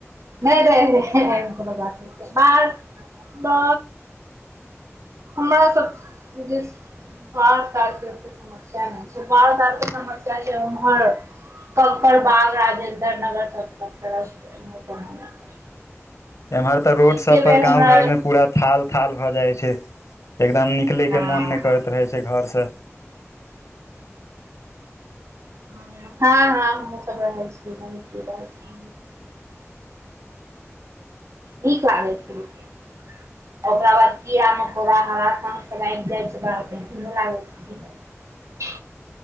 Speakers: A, on the right; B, on the left.
A: नहि नहि कोनो एहन बात ब हमरा सब जे बाढ़ि तके समस्या नहि बढ़ धारके समस्या छै ओमहर कंककड़ बाग राजेन्द्र नगर सब तरफ छै
B: एम्हर तऽ रोडसभपर
A: एके बेर
B: गाँव
A: हमरा
B: घरमे पूरा थाल थाल भऽ जाइ छै एकदम निकलैय
A: हँ
B: के मोन नहि करैत रहै छै घर से
A: हँ हँ हम स रहय छी छी नीक लागै छै ओकरा बाद कीड़ा मकोड़ा हरा सब आबि जाइ छै लाग छै ह